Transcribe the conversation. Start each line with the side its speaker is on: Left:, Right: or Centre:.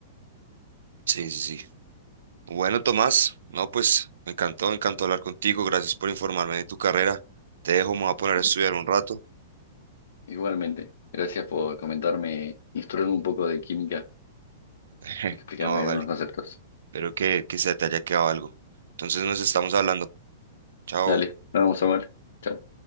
Right: Sí, sí, sí. Bueno, Tomás, no, pues me encantó, me encantó hablar contigo, gracias por informarme de tu carrera. Te dejo, me voy a poner
Left: Ujú.
Right: a estudiar un rato.
Left: Igualmente, gracias por comentarme, instruirme un poco de química,
Right: <laughs>
Left: explicarme
Right: No, vale,
Left: algunos conceptos.
Right: espero que, que se te haya quedado algo. Entonces nos estamos hablando. Chao.
Left: Dale, nos vemos, Samuel. Chao.